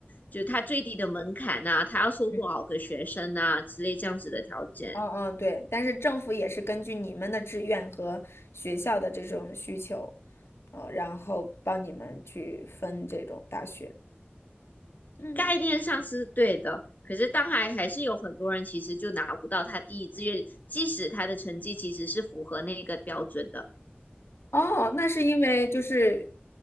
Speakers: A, on the left; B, on the left.
A: 就是它最低的门槛啊，它要收多少个学生啊之类这样子的条件。
B: 嗯嗯嗯，对。但是政府也是根据你们的志愿和学校的这种需求，呃，然后帮你们去分这种大学。嗯。
A: 概念上是对的，可是当还还是有很多人其实就拿不到他第一志愿，即使他的成绩其实是符合那个标准的。
B: 哦，那是因为就是